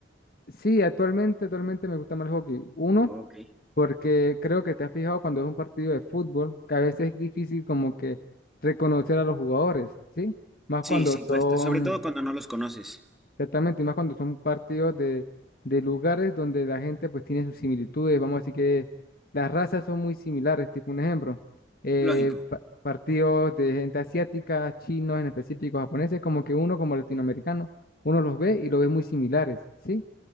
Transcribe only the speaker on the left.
sí, actualmente, actualmente me gusta más el hockey. Uno,
porque creo que te has fijado cuando es un partido de fútbol, que a veces es difícil como que reconocer a los jugadores, ¿sí? Más
cuando
son
Exactamente, y más cuando son partidos de, de lugares donde la gente pues tiene sus similitudes, vamos a decir que las razas son muy similares, tipo un ejemplo, eh,
pa- partidos de gente asiática, chinos en específico, japoneses, como que uno como latinoamericano, uno los ve y los ve muy similares, ¿sí?